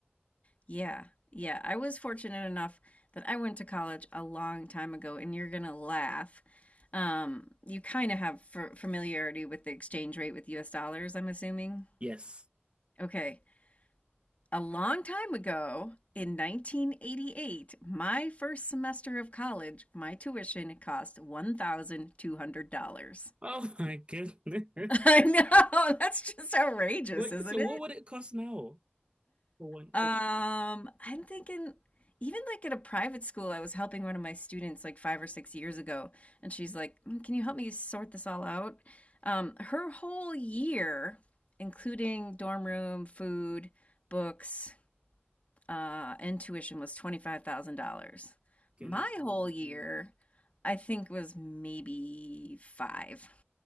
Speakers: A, on the left; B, on the right.
A: Yeah. Yeah. I was fortunate enough that I went to college a long time ago, and you're gonna laugh. Um, you kind of have f familiarity with the exchange rate with US dollars, I'm assuming.
B: Yes. <laughs>
A: Okay. A long time ago, in 1988, my first semester of college, my tuition cost $1,200.
B: Oh my goodness.
A: <laughs> I know, that's just outrageous,
B: What,
A: isn't
B: so
A: it?
B: what would it cost now for one?
A: Um, I'm thinking even like at a private school, I was helping one of my students like five or six years ago, and she's like, "Mm, "Can you help me sort this all out?" Um, her whole year, including dorm room, food, books, uh, and tuition, was $25,000.
B: Goodness
A: My
B: me.
A: whole year, I think was maybe five.